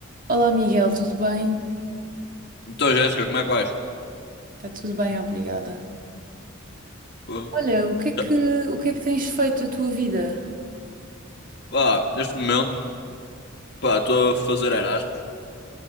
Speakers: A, on the right (about 40°); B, on the left (about 55°).
A: Olá Miguel, tudo bem?
B: Então, Jéssica, como é que vais?
A: Está tudo bem, obrigada.
B: Pô,
A: Olha, o que é que,
B: já-
A: o que é que tens feito a tua vida?
B: pá, neste momento, pá, estou a fazer Erasmus.